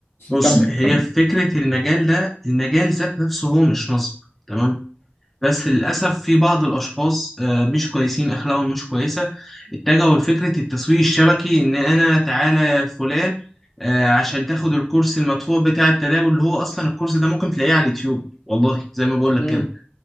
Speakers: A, in the centre; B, on the left (about 70°).
A: بص
B: كمل
A: هي
B: كمل
A: فكره المجال ده المجال ذات نفسه هو مش نصب تمام بس للأسف في بعض الأشخاص آه، مش كويسين أخلاقهم مش كويسة اتجهوا لفكرة التسويق الشبكي إن أنا تعالى يا فلان آه، عشان تاخد الكورس المدفوع بتاع التداول اللي هو أصلا الكورس ده ممكن تلاقيه على اليوتيوب والله زي ما بقول لك
B: امم
A: كده